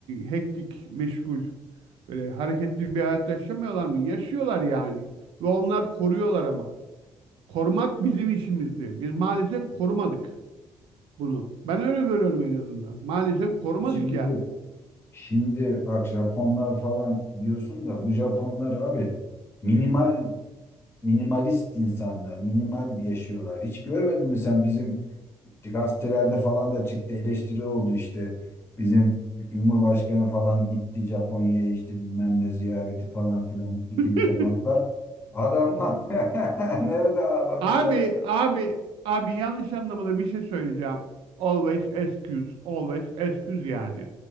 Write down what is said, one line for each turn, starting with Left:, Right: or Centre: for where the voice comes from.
Right: hektik, meşgul. Böyle hareketli bir hayat yaşamıyorlar mı? Yaşıyorlar yani. Ve onlar koruyorlar ama. Korumak bizim işimizdi. Biz maalesef korumadık bunu. Ben öyle görüyorum en azından. Maalesef korumadık
Left: Şimdi
Right: yani.
Left: şimdi bak Japonlar falan diyorsun da bu Japonlar abi minimal minimalist insanlar, minimal yaşıyorlar. Hiç görmedin mi sen bizim gazetelerde falan da çıktı eleştiri oldu işte. Bizim Cumhurbaşkanı falan gitti Japonya'ya işte bilmem ne ziyareti falan filan ikili
Right: <laughs>
Left: temaslar. Adamlar <laughs> nerede ağlamışlar?
Right: Abi, abi, abi yanlış anlamada bir şey söyleyeceğim. Always excuse, always excuse yani.